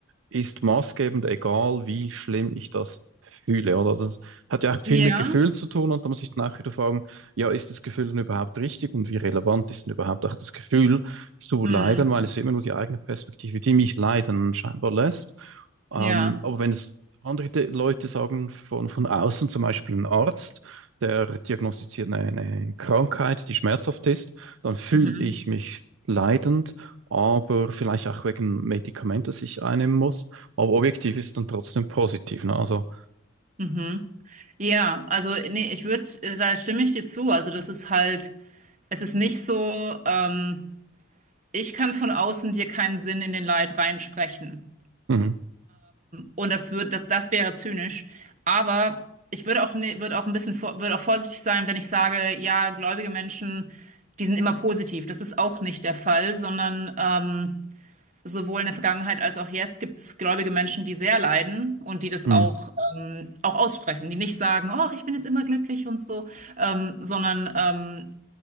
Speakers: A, on the right (about 65°); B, on the right (about 35°).
A: ist maßgebend, egal wie schlimm ich das fühle, oder? Das hat ja auch viel
B: Ja.
A: mit Gefühl zu tun und da muss ich dann auch wieder fragen, ja, ist das Gefühl denn überhaupt richtig und wie relevant ist denn überhaupt auch das Gefühl? zu
B: Hm,
A: leiden, weil es immer nur die eigene Perspektive, die mich leiden, scheinbar lässt. Ähm,
B: ja,
A: aber wenn es andere De- Leute sagen, von, von außen, zum Beispiel ein Arzt, der diagnostiziert eine, eine Krankheit, die schmerzhaft ist, dann fühle
B: mhm,
A: ich mich leidend, aber vielleicht auch wegen Medikament, das ich einnehmen muss. Aber objektiv ist dann trotzdem positiv. Ne? Also,
B: mhm. Ja, also nee, ich würde, da stimme ich dir zu. Also das ist halt, es ist nicht so, ähm, ich kann von außen dir keinen Sinn in den Leid reinsprechen.
A: mhm,
B: Und das würde, das, das wäre zynisch. Aber ich würde auch, ne, würde auch ein bisschen, vor- würde auch vorsichtig sein, wenn ich sage, ja, gläubige Menschen, die sind immer positiv. Das ist auch nicht der Fall, sondern ähm, sowohl in der Vergangenheit als auch jetzt gibt es gläubige Menschen, die sehr leiden und die das
A: mhm.
B: auch, ähm, auch aussprechen, die nicht sagen, oh, ich bin jetzt immer glücklich und so, ähm, sondern ähm,